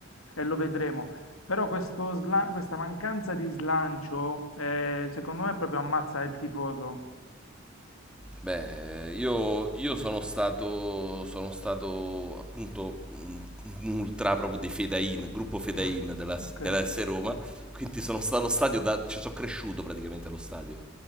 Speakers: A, on the left; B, in the centre.
A: e lo vedremo. Però questo sla- questa mancanza di slancio, eh, secondo me, proprio ammazza il tifoso.
B: Beh, io, io sono stato, sono stato appunto un un ultra proprio dei Fedain, gruppo Fedain
A: <laughs>
B: della,
A: Ok,
B: della S Roma, quindi sono stato allo stadio, da, ci sono cresciuto praticamente allo stadio.